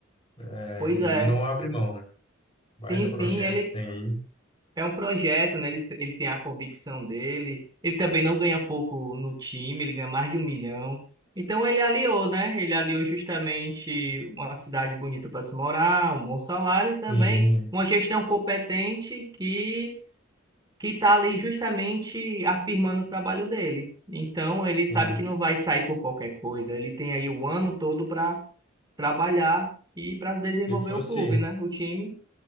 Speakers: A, on the left; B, on the right.
A: né?
B: Pois
A: E
B: é,
A: ele não abre mão, né? Baita
B: sim, sim,
A: projeto
B: ele
A: que tem aí.
B: É um projeto, né? Ele, ele tem a convicção dele. Ele também não ganha pouco no time, ele ganha mais de um milhão. Então ele aliou, né? Ele aliou justamente uma cidade bonita para se morar, um bom salário e também
A: Sim,
B: uma gestão competente que que está ali justamente afirmando o trabalho dele. Então ele
A: sim.
B: sabe que não vai sair por qualquer coisa. Ele tem aí o ano todo para trabalhar e para desenvolver
A: Se fosse,
B: o clube, né? O time.